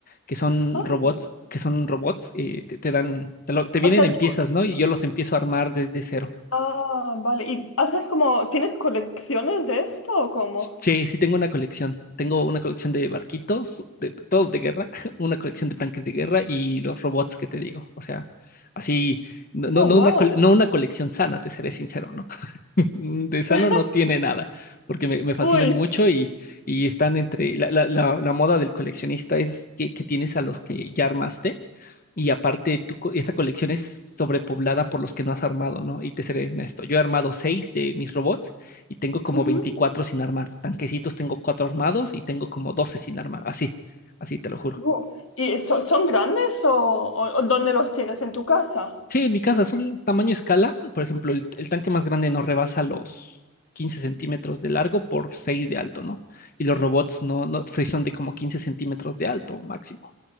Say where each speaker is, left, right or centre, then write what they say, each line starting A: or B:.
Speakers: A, on the left (about 40°); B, on the left (about 70°).
A: que son
B: Ah,
A: robots, que son robots, eh, te, te dan, te, lo- te vienen
B: o sea,
A: en
B: tú.
A: piezas, ¿no? Y yo los empiezo a armar desde cero.
B: Ah, vale. ¿Y haces como, tienes colecciones de esto o cómo?
A: Sí, sí tengo una colección. Tengo una colección de barquitos, de, todos de guerra, <laughs> una colección de tanques de guerra y los robots que te digo. O sea, así, no, no,
B: Oh,
A: no
B: wow.
A: una, col- no una colección sana, te seré sincero, ¿no? <laughs> de sano
B: <laughs>
A: no tiene nada, porque me, me fascinan
B: Uy.
A: mucho y, y están entre la, la, la, la moda del coleccionista es que, que tienes a los que ya armaste y aparte tu, co- esa colección es sobrepoblada por los que no has armado, ¿no? Y te seré honesto, yo he armado seis de mis robots y tengo como
B: Ujú.
A: 24 sin armar, tanquecitos tengo cuatro armados y tengo como 12 sin armar, así, así te lo juro.
B: Uh, ¿Y so- son grandes o, o- o dónde los tienes en tu casa?
A: Sí, en mi casa son tamaño escala. Por ejemplo, el, el tanque más grande no rebasa los 15 centímetros de largo por 6 de alto, ¿no? Y los robots no, no sí son de como 15 centímetros de alto máximo.